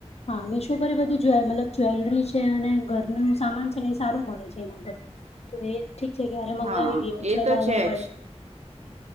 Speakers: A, on the left; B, on the right.
A: હા મીશો પર એ બધું મતલ જ્વેલરી છે અને ઘરનું સામાન છે ને એ સારું મળે છે એના પર. તો એ ઠીક છે કરે મંગાવી
B: હા
A: દ ઓછા
B: એ તો
A: ગ
B: છે જ